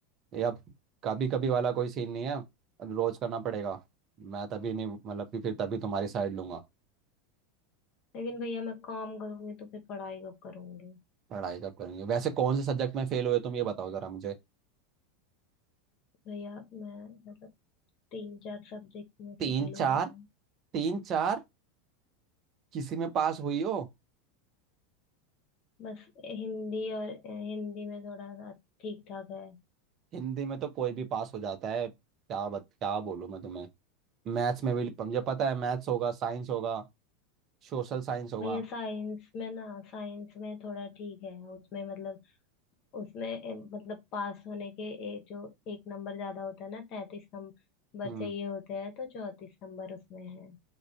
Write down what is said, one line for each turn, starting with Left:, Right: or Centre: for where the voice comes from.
Right: ये अब कभी कभी वाला कोई सीन नहीं है अब रोज करना पड़ेगा मैं तभी नहीं मतलब कि फिर तभी तुम्हारी साइड लूंगा
Left: लेकिन भैया मैं काम करूंगी तो फिर पढ़ाई कब करूंगी
Right: पढ़ाई कब करेंगे वैसे कौन से सब्जेक्ट में फेल हुए तुम ये बताओ जरा मुझे
Left: भैया मैं मतलब तीन चार सब्जेक्ट में
Right: तीन
Left: फेल हो
Right: चार
Left: गई हूँ
Right: तीन चार किसी में पास हुई हो
Left: बस हिंदी और हिंदी में थोड़ा सा ठीक ठाक है
Right: हिंदी में तो कोई भी पास हो जाता है क्या बत, क्या बोलूं मैं तुम्हें मैथ्स में भी मुझे पता है मैथ्स होगा साइंस होगा सोशल साइंस होगा
Left: भैया साइंस में ना साइंस में थोड़ा ठीक है उसमें मतलब उसमें अ, मतलब पास होने के ए, जो एक नंबर ज्यादा होता है ना तैतीस नंबर
Right: हम्म
Left: चाहिए होते हैं तो चौतीस नंबर उसमें है